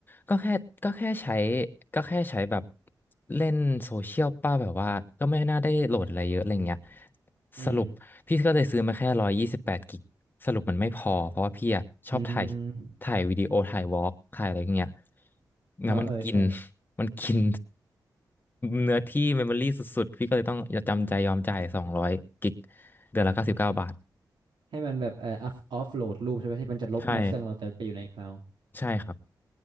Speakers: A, on the left; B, on the right.
A: ก็แค่ก็แค่ใช้ก็แค่ใช้แบบเล่นโซเชียลป้าแบบว่าก็ไม่น่าได้โหลดอะไรเยอะอะไรเงี้ย
B: อืม
A: สรุปพี่ก็เลยซื้อมาแค่ร้อยยี่สิบแปดกิกสรุปมันไม่พอเพราะว่าพี่อะชอบถ่าย
B: อืม
A: ถ่ายวิดีโอถ่ายวอล์กถ่ายอะไรเงี้ย
B: เออเออใช่
A: งั้นมันกิน <laughs> มันกินเนื้อที่เมมโมรี่สุดๆพี่ก็เลยต้องจำใจยอมจ่ายสองร้อยกิกเดือนละเก้าสิบเก้าบาท
B: ให้มันแบบเอ่อออฟโหลดรูปใช่ไหมที่มันจะลบในเครื่องเราแต่ไปอยู่ในคลาวด์
A: ใช่ใช่ครับ